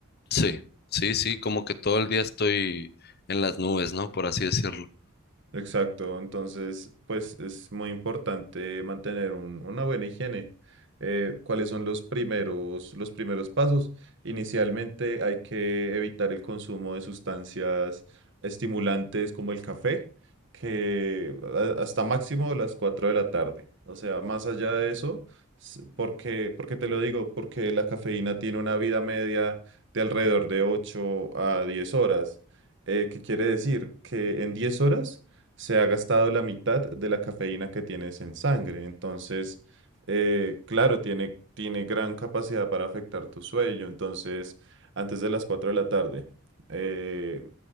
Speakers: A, on the left; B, on the right.
A: Sí, sí, sí, como que todo el día estoy en las nubes, ¿no? Por así decirlo.
B: Exacto, entonces pues es muy importante mantener un- una buena higiene. Eh, ¿cuáles son los primeros, los primeros pasos? Inicialmente hay que evitar el consumo de sustancias estimulantes como el café, que a- hasta máximo las 4 de la tarde. O sea, más allá de eso, s- porque, porque te lo digo, porque la cafeína tiene una vida media de alrededor de 8 a 10 horas. Eh, ¿qué quiere decir? Que en 10 horas se ha gastado la mitad de la cafeína que tienes en sangre. Entonces, eh, claro, tiene, tiene gran capacidad para afectar tu sueño. Entonces, antes de las 4 de la tarde, eh,